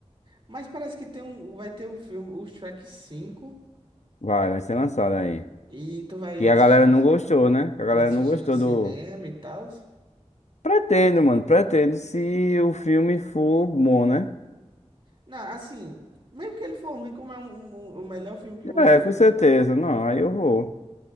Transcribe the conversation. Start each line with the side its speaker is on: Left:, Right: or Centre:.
Right: Mas parece que tem um, vai ter um filme, o Shrek cinco
Left: Vai, vai ser lançado aí.
Right: e tu vai
Left: Que
Right: assistindo,
Left: a galera não gostou, né? Que a galera
Right: tu vai assistir
Left: não gostou
Right: no cinema
Left: do.
Right: e tal.
Left: Pretendo, mano, pretendo se o filme for bom, né?
Right: Não, assim, mesmo que ele for ruim, como é um- um- um, o melhor filme que você
Left: É, com
Right: já.
Left: certeza. Não, aí eu vou,